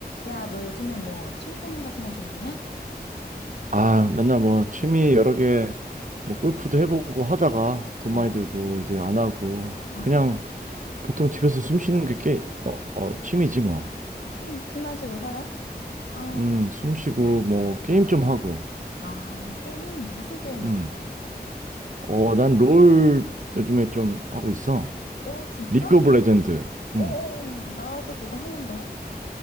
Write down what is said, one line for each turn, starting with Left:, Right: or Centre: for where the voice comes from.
Left: 야, 너 요즘에 뭐 취미생활 같은 거 좀 있냐?
Right: 아, 맨날 뭐 취미 여러 개, 뭐 골프도 해보고 하다가 돈
Left: 어,
Right: 많이 들고 이제 안
Left: 어,
Right: 하고 그냥
Left: 어.
Right: 보통 집에서 숨 쉬는 게 게, 어, 어, 취미지 뭐.
Left: 음, 숨 마시고 살아? 아,
Right: 음, 숨 쉬고 뭐 게임 좀 하고.
Left: 아, 게임. 무슨 게임해?
Right: 음, 어, 난 롤 요즘에 좀 하고 있어.
Left: 어, 진짜?
Right: 리그 오브 레전드.
Left: 어,
Right: 음,
Left: 어, 어, 나도 그거 하는데.